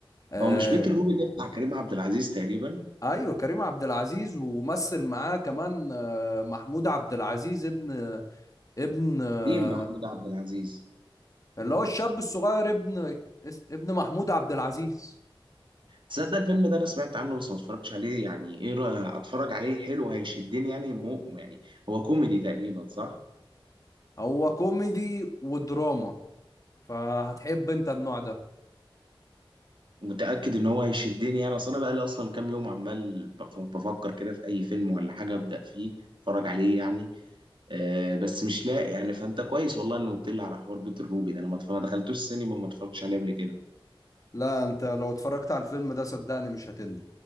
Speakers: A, on the left; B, on the right.
A: آه
B: هو مش بيت الروبي ده بتاع كريم عبد العزيز تقريبا
A: أيوة كريم عبد العزيز ومثل معاه كمان آه محمود عبد العزيز ابن ابن آه
B: كريم محمود عبد العزيز
A: اللي هو الشاب الصغير ابن اسم- ابن محمود عبد العزيز
B: تصدق الفيلم ده أنا سمعت عنه بس ما اتفرجتش عليه يعني إيه رأيك أتفرج عليه حلو هيشدني يعني مو يعني هو كوميدي تقريبا صح؟
A: هو كوميدي ودراما فهتحب انت النوع ده
B: متأكد إن هو هيشدني يعني أصل أنا بقالي أصلا كام يوم عمال بف- بفكر كده في أي فيلم ولا حاجة أبدأ فيه أتفرج عليه يعني آه بس مش لاقي يعني فانت كويس والله انه قلت لي على حوار بيت الروبي ده انا ما اتف- ما دخلتوش السينما وما اتفرجتش عليه قبل كده
A: لا انت لو اتفرجت على الفيلم ده صدقني مش هتندم